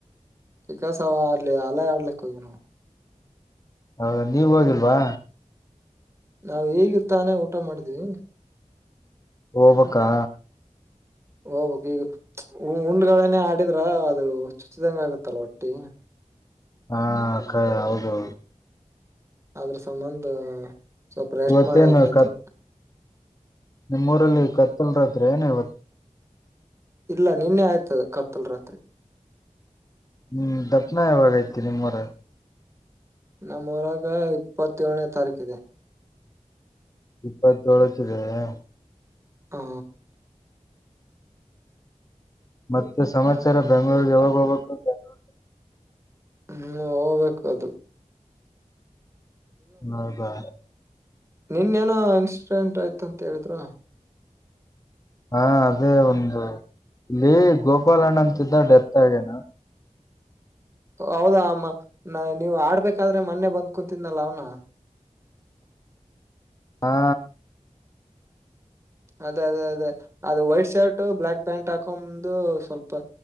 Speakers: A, on the right; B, on the left.
A: ವಿಕಾಸ ಅವ ಅಲ್ಲಿ ಅಲ್ಯ ಆಡ್ಲಿಕ್ಕ ಹೋಗ್ಯನವ
B: ಹೌದ ನೀವ ಹೋಗಿಲ್ವಾ
A: ನಾವು ಹೇಗತಾನೆ ಊಟ ಮಾಡದವಿ
B: ಹೋಬ್ಬಕಾ
A: ಹೋಗಬಕ್ ಈಗ ಉಂಡುಗಳನೆೇ ಆಡಿದ್ರ ಅದು ಚುಚ್ಚಿದಂಗ ಆಗುತ್ತಲ್ ಒಟ್ಟಿ
B: ಹಾ ಹೌದೌದು
A: ಆದ್ರ ಸಂಬಧ ಸ್ವಲ್ಪ ರೆಸ್ಟ್
B: ಇವತ್ತೇನು
A: ಮಾಡುವದ್ರ ಆಯ್ತು
B: ಕತ್ ನಿಮ್ಮೂರಲ್ಲಿ ಕತ್ತಲ್ರತ್ರೆ ಏನೋ ಇವತ್ತು
A: ಇಲ್ಲ ನಿನ್ನೆ ಆಯ್ತದ ಕತ್ತಲ್ ರಾತ್ರಿ
B: ಹ್ಮ್ ದಪ್ಪನ ಯಾವಾಗ ಐತಿ ನಿಮ್ಮ್ವರ
A: ನಮ್ಮ ಊರಗ ಇಪ್ಪತ್ತಏಳನೇ ತಾರೀಕ ಇದೆ
B: ಇಪ್ಪತೋಳಕ ಇದೆಯೆ
A: ಹ್ಮ
B: ಮತ್ತೆ ಸಮಾಚಾರ
A: ಹ್ಮ್
B: ಬೆಂಗ್ಗಳೂರಿಗೆ ಯಾವಾಗ ಹೋಗ್ಬೇಕು ಬೆಂಗ್ಗಳೂರ್
A: ಹ್ಮ್ ಹೋಗ್ಬೇಕು ಅದು
B: ನೌದಾ
A: ನಿನ ಏನೋ ಇನ್ಸಿಡೆಂಟ್ ಆಯ್ತಂತ ಹೇಳಿದ್ರ
B: ಹಾ ಅದೇ ಒಂದು ಇಲ್ಲಿ ಗೋಪಾಲಣ್ಣ ಅಂತಿದ್ದ ಡೆತ್ ಆಗೇನಾ
A: ಹೌದಾ ನೀವ ಆಡ್ಬೇಕಾದ್ರೆ ಮೊನ್ನೆ ಬಂದ್ ಕುಂತಿದ್ನಲ್ಲ ಅವ್ನ
B: ಹಾ
A: ಅದೇ ಅದೇ ಅದೇ ಅದು ವೈಟ್ ಶರ್ಟ್ ಬ್ಲ್ಯಾಕ್ ಪ್ಯಾಂಟ್ ಹಾಕೊ್ದು ಸ್ವಲ್ಪ